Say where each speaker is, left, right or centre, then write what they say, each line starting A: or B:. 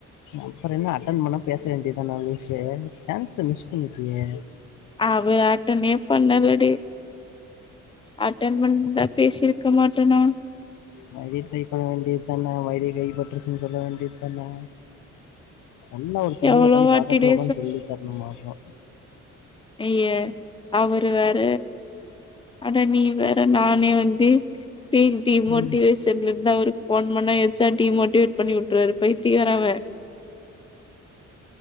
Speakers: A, on the left; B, on the left.
A: அப்புற என்ன அட்டன் பண்ண பேச வேண்டியதான லூசு சான்ச மிஸ் பண்ணிட்டியே
B: அவரு அட்டனே பண்ணலடி அட்டன் பண்ணிந்தா பேசிருக்க மாட்டனா
A: மறுடியு ட்ரை பண்ண வேண்டிய தானே மறுடியு கை பட்றச்சன்னு சொல்ல வேண்டியதானே எல்லா ஒருத்தர்
B: எவ்ளோ
A: வந்து உக்காந்து
B: வாட்டிடே
A: பக்கத்துல உக்காந்து சொல்லி தரணுமாக்கு
B: ஐய்ய அவரு வேற அட நீ வேற நானே வந்து டி டி மோட்டிவேஷ்
A: ம்
B: செந்தில்தா இவருக்கு போன் பண்ணா எச்சா டிமோட்டிவேட் பண்ணி வுட்ரு பத்தியகார அவன்